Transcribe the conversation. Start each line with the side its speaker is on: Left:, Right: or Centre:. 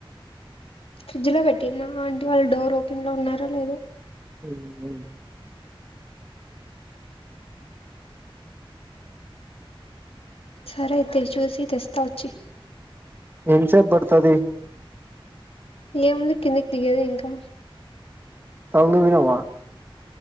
Left: ఫ్రిడ్జ్ లో వెట్టినా ఆంటీ వాళ్ళు డోర్ ఓపెన్ లో ఉన్నారో లేదో
Right: ఉం ఉం
Left: సరే అయితే చూసి తెస్తా ఒచ్చి
Right: ఎంసేపు బడుతది
Left: ఏముంది కిందికి దిగేది ఇంకా
Right: తల్లు వినావా